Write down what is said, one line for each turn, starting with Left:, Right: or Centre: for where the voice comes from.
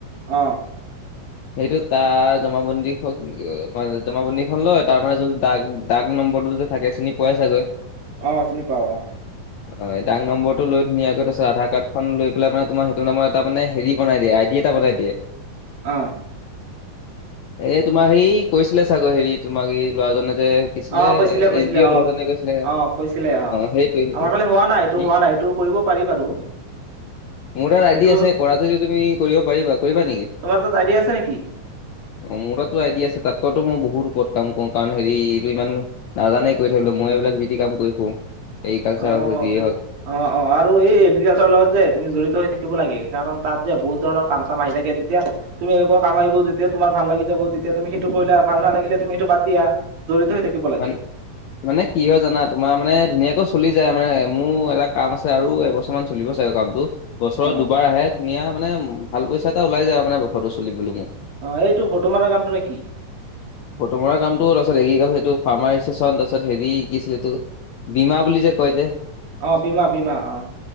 Right: অ'।
Left: সেইটো তাৰ জমাবন্দী হওঁক অ'- জমাবন্দী খন লয়। তাৰ মানে যোনটো দাগ- দাগ নম্বৰটো যে থাকে, চিনি পোৱায়ে চাগৈ।
Right: অ', চিনি পাওঁ অ'।
Left: অ' দাগ নম্বৰটো লৈ ধুনীয়াকৈ তাছত আধাৰ কাৰ্ডখন লৈ পেলাই মানে তোমাৰ সেইটো নামৰ এটা মানে হেৰি বনাই দিয়ে, আই ডি এটা বনাই দিয়ে।
Right: অ'।
Left: এই তোমাৰ সেই কৈছিলে চাগৈ হেৰি তোমাক এই ল'ৰাজনে যে শিকিছিলে
Right: অ' কৈছিলে - কৈছিলে,
Left: এন জি
Right: অ'।
Left: ল'ৰাজনে কৈছিলে
Right: অ' কৈছিলে অ'। আমাৰফালে
Left: সেইটোৱে সেইটোৱে
Right: হোৱা নাই এইটো,
Left: সি
Right: হোৱা নাই এইটো। কৰিব পাৰি বাৰু।
Left: মোৰ তাত আই
Right: সেইটো
Left: ডি আছে। কৰা যদি তুমি, কৰিব পাৰিবা। কৰিবা নেকি?
Right: তোমাৰ তাত আই ডি আছে নেকি?
Left: অ' মোৰ তাততো আই ডি আছে। তাতকৈটো মোৰ বহুত ওপৰত কাম কৰোঁ, কাৰণ হেৰি এইটো ইমান নাজানেই কৰি থাকিবলৈ। মই এইবিলাক যি-টি কাম কৰি ফুৰোঁ। এগ্ৰিকালচাৰ
Right: অ
Left: হওঁক যিয়ে হওঁক।
Right: অ' - অ'। আৰু এই এগ্ৰিকালচাৰৰ লগত যে তুমি জড়িত হৈ থাকিব লাগে, কাৰণ তাত যে বহুত ধৰণৰ কাম-চাম আহি থাকে। তেতিয়া তুমি এনেকুৱা কাম আহিব, তেতিয়া তোমাৰ ভাল লাগি যাব। তেতিয়া তুমি সেইটো কৰিলে ভাল নালাগিলে, তুমি সেইটো বাদ দিয়া। জড়িত হৈ থাকিব লাগে।
Left: মান মানে কি হয় জানা? তোমাৰ মানে ধুনীয়াকৈ চলি যায়, মানে মোৰ এটা কাম আছে আৰু এবছ কিছুমান চলিব চাগৈ কামটো। বছৰত
Right: অ
Left: দুবাৰ আহে ধুনীয়া মানে ভাল পইচা এটা ওলাই যায় আৰু মানে, বছৰটো চলিবলে মোক।
Right: অ' এইটো ফটো মাৰা কামটো নেকি?
Left: ফটো মৰা কামটো, তাৰছত এগ্ৰিকাল এইটো ফাৰ্মাৰ‌ ৰেষ্টেচন, তাৰছত হেৰি কি আছিল এইটো বীমা বুলি যে কয় যে।
Right: অ' বীমা - বীমা, অ'।